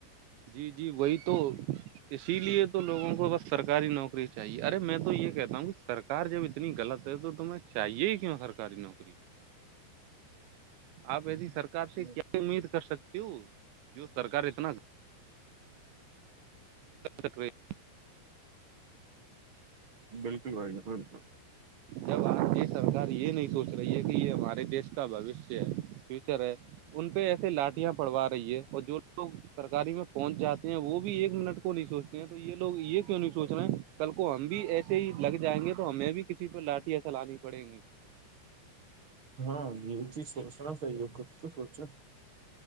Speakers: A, on the right; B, on the right.
A: جی جی وہی تو اسی لیے تو لوگوں کو بس سرکاری نوکری چاہیے ارے میں تو یہ کہتا ہوں کہ سر کار جب اتنی غلط ہے تو تمہیں چاہیے کیوں سرکاری نوکری آپ ایسی سرکار سے
B: ہیں
A: کیا امید کر سکتے ہو جو سرکار اتنا تک
B: بالکل بھیا بالکل
A: جب آج کی سرکار یہ نہیں سوچ رہی ہے کہ یہ ہمارے دیش کا بوشیہ ہے فیوچر ہے ان پہ ایسے لاٹیاں پڑوا رہی ہے اور جو لوگ سرکاری میں پہنچ جاتے ہیں وہ بھی ایک منٹ کو نہیں سوچتے ہیں تو یہ لوگ یہ کیوں نہیں سوچ رہے ہیں کل کو ہم بھی ایسے ہی لگ جائیں گے تو ہمیں بھی کسی پہ لاٹھی ایسا لانی پڑیں گی
B: ہاں یہی چیز سوچنا صاہی ہے کچھ تو سوچو